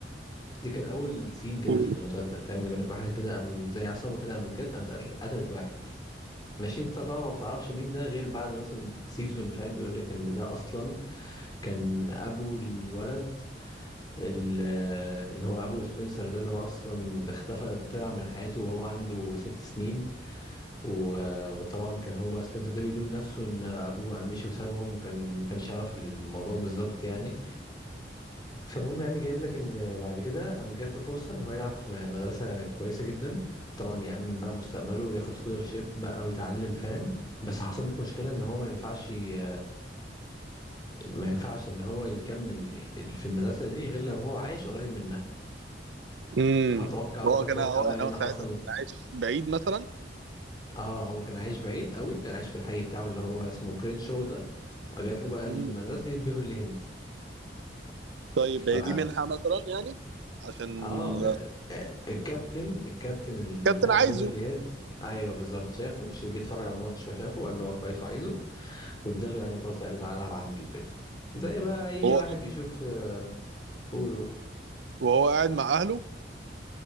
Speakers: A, on the left; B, on the right.
A: دي كانت اول سين كده
B: مم.
A: في المسلسل فاهم جايبين لك واحد كده قام زي عصابه كده قامت جت قامت قتلت قتلت واحد ماشي انت طبعا ما بتعرفش مين ده غير بعد مثلا سيزون فاهم بيقول لك ان ده اصلا كان ابو الولد ال- اللي هو ابو سبنسر ده اللي هو اصلا اختفى طلع من حياته وهو عنده ست سنين و- وطبعا كان هو بقى سبنسر ده بيلوم نفسه ان ابوه بقى مشي وسابهم وكان ما كانش يعرف الموضوع بالظبط يعني فالمهم يعني جايب لك ان بعد كده قامت جات له فرصه ان هو يلعب في مدرسه كويسه جدا طبعا يأمن بقى مستقبله وياخد سكولرشيب بقى ويتعلم فاهم بس حصلت مشكلة ان هو ما ينفعش ي... ما ينفعش ان هو يكمل في المدرسة دي غير لو هو عايش قريب منها
B: مم.
A: فتوقع
B: هو
A: فتوقع
B: كان هو
A: بقى
B: يعني
A: ايه اللي
B: هو ساعتها
A: حصل
B: كان عايش بعيد مثلا
A: اه هو كان عايش بعيد قوي كان عايش في الحي بتاعه اللي هو اسمه كرينشو ده فجات له بقى
B: مم.
A: المدرسه دي بيفرلي هيلز
B: طيب
A: ف
B: هي دي منحة مثلا يعني عشان
A: اه
B: ال-
A: م... آه، الكابتن الكابتن ال-
B: الكابتن
A: بتاع
B: عايزه
A: بيفرلي هيلز ايوه بالظبط شافه ش- جه اتفرج على الماتش فشافه قال ان هو كويس وعايزه واداله يعني فرصه قال له تعالى العب عندي وكده زي بقى اي
B: هو
A: واحد بيشوف آه، قول قول
B: وهو قاعد مع اهله